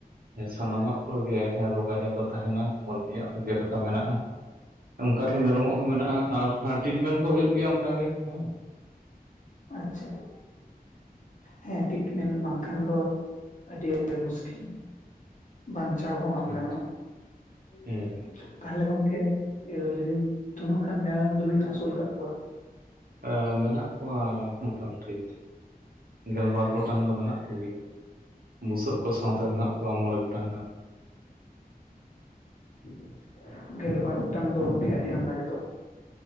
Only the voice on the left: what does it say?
ᱟᱪᱪᱷᱟ᱾ ᱦᱮᱸ ᱴᱤᱴᱢᱮᱱ ᱵᱟᱝᱠᱷᱟᱱ ᱫᱚ ᱟᱹᱰᱤ -ᱟᱹᱰᱤ ᱢᱩᱥᱠᱤᱞ ᱵᱟᱧᱪᱟᱣ ᱦᱚᱸ ᱵᱟᱝ
ᱜᱟᱱᱚᱜᱼᱟ ᱾
ᱛᱟᱦᱚᱞᱮ ᱜᱚᱢᱠᱮ ᱤᱭᱟᱹ ᱞᱟᱹᱭ ᱫᱤᱧ ᱛᱚᱱᱟᱹᱜ ᱜᱟᱱ ᱢᱮᱨᱚᱢ ᱫᱚᱵᱤᱱ ᱟᱹᱥᱩᱞ ᱟᱠᱟᱜ ᱠᱚᱣᱟ?
<inaudible> ᱜᱮᱞᱵᱟᱨ ᱜᱚᱴᱟᱝ ᱫᱚ ᱜᱚᱢᱠᱮ ᱟᱹᱰᱤ ᱟᱢᱫᱟ ᱜᱮ ᱫᱚ ᱾